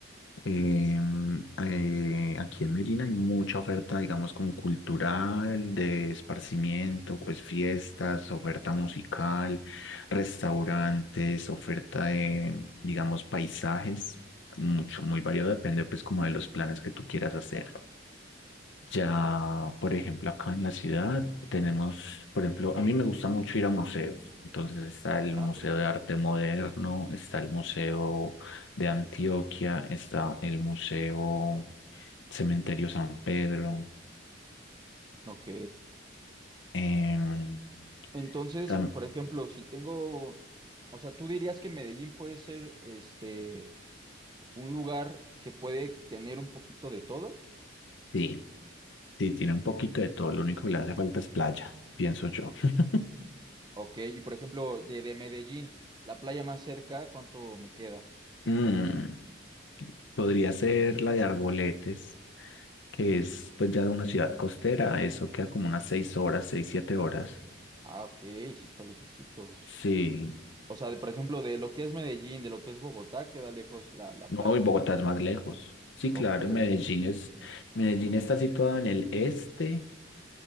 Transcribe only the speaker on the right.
Ah,
perfecto.
Ok.
Entonces,
por ejemplo, si tengo, o sea, tú dirías que Medellín puede ser este un lugar que puede tener un poquito de todo.
Ok, y por ejemplo, de, de Medellín, la playa más cerca, ¿cuánto me queda?
Ah, ok, sí está lejecitos.
O sea, de, por ejemplo, de lo que es Medellín, de lo que es Bogotá, queda lejos la, la
playa.
Ok,